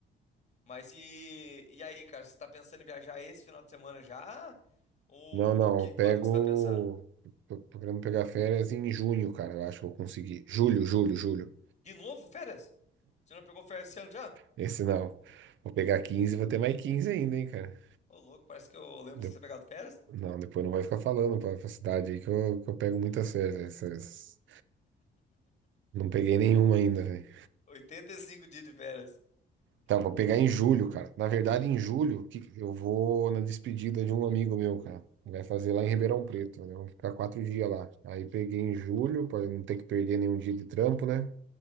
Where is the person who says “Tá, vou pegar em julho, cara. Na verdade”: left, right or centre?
Right